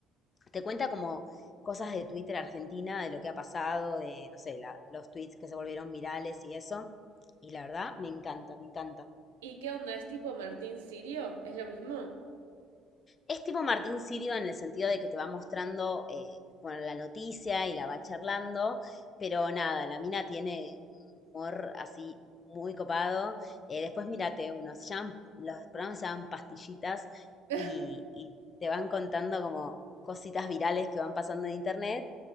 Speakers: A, on the left (about 40°); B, on the right (about 85°).
A: Te cuenta como cosas de Twitter Argentina, de lo que ha pasado, de, no sé, la- los tweets que se volvieron virales y eso. Y la verdad, me encanta, me encanta.
B: ¿Y qué onda? ¿Es tipo Martín Sirio? ¿Es lo mismo?
A: Es tipo Martín Sirio en el sentido de que te va mostrando eh, bueno, la noticia y la va charlando, pero nada, la mina tiene un humor así muy copado. Eh, después mírate uno, se llaman, los programas se llaman pastillitas
B: <laughs>
A: y, y te van contando como cositas virales que van pasando en internet.